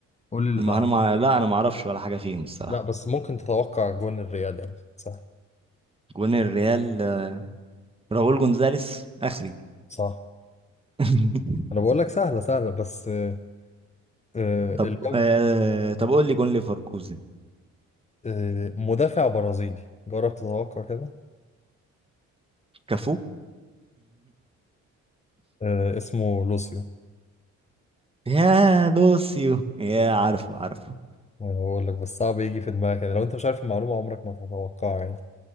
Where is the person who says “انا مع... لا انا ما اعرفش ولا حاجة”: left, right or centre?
Right